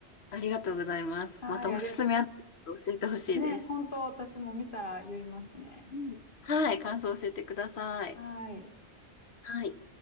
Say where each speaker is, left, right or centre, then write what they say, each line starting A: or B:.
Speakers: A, on the left (about 70°); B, on the left (about 50°).
A: ありがとうございます。
B: はい、
A: またおすすめあったらちょっと教えてほしいです。
B: ありがとう。ね、本当私も見たら言いますね。
A: うんうんはい、感想教えてください。
B: はい。
A: はい。